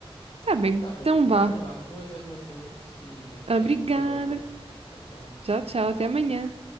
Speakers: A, on the right; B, on the left.
A: Tá bem.
B: Tá bom.
A: Então vá.
B: Então vá. Boas arrumações e até,
A: Obrigada.
B: até amanhã. Tchau, tchau.
A: Tchau, tchau. Até amanhã.